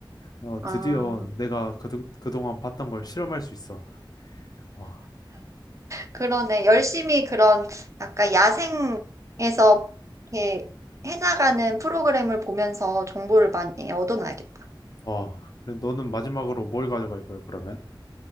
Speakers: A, on the left (about 50°); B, on the right (about 35°).
A: 어,
B: 아,
A: 드디어 내가 그, 그동안 봤던 걸 실험할 수 있어. 어,
B: 그러네. 열심히 그런 약간 야생에서 이렇게 해나가는 프로그램을 보면서 정보를 많이 얻어놔야겠다.
A: 어, 그 너는 마지막으로 뭘 가져갈 거야, 그러면?